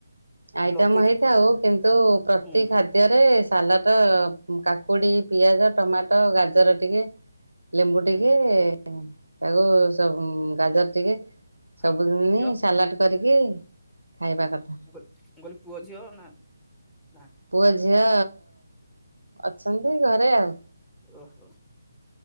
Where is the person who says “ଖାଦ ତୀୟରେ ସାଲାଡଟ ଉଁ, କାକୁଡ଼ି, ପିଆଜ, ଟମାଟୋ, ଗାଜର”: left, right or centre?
Right